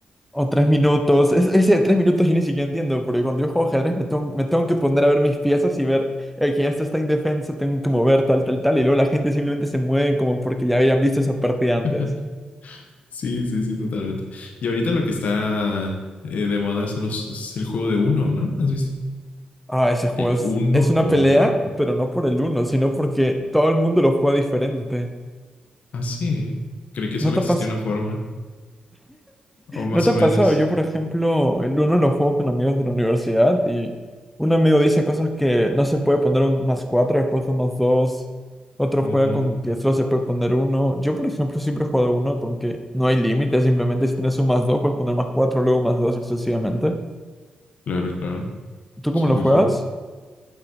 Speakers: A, in the centre; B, on the left (about 70°).
A: O tres minutos. Es- ese de tres minutos yo ni siquiera entiendo, porque cuando yo juego ajedrez me tengo, me tengo que poner a ver mis piezas y ver eh, que ya está indefensa, tengo que mover tal, tal, tal, y luego la gente simplemente se mueve como porque ya habían visto esa partida antes.
B: <laughs> Sí, sí, sí, totalmente. Y ahorita lo que está eh, de moda son los, es el juego de uno, ¿no? ¿Has visto?
A: Ah, ese juego
B: El
A: es,
B: uno
A: es
B: o...
A: una pelea, pero no por el uno, sino porque todo el mundo lo juega diferente.
B: Ah, sí. Creí que solo
A: ¿No te
B: existía
A: pasa?
B: una forma. O más
A: ¿No te
B: o
A: ha
B: menos.
A: pasado? Yo, por ejemplo, el uno lo juego con amigos de la universidad y un amigo dice cosas que no se puede poner un más cuatro, después un más dos. Otro
B: Ujú,
A: juega con que solo se puede poner uno. Yo, por ejemplo, siempre he jugado uno con que no hay límite, simplemente si tienes un más dos, puedes poner más cuatro, luego más dos y sucesivamente.
B: Claro, claro.
A: ¿Tú
B: Sí,
A: cómo lo
B: sí,
A: juegas?
B: sí.